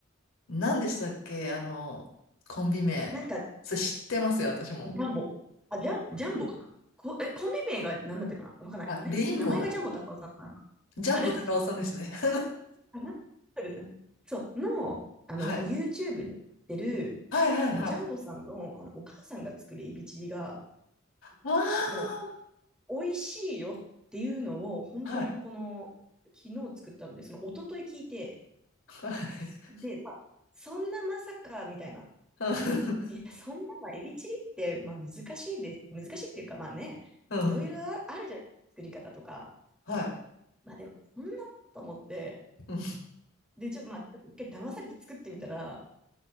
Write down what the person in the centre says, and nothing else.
なんか、ジ
ャンボ。あ、ジャン、ジャンボかなこ、え、コンビ名が何だったかなわかんない。
あれ名前がジャンボ高尾さんなのか。
あれ
かなそうですね。そう、の、あの、
なんか YouTube に出る、
そのジャンボさんの、あのお母さんが作るエビチリが、
もう、美味しいよっていうのを、本当にこの、
昨日作ったので、その一昨日聞いて、
で、まあ、そんなまさか、みたいな。
いや、そんな、まあ、エビチリって、まあ、難しいです。難しいっていうか、まあね、
いろいろああるじゃない作り方とか。
まあ、でも、そんなと思って、
で、ちょっと、まあ、ちょっと一回騙されて作ってみたら、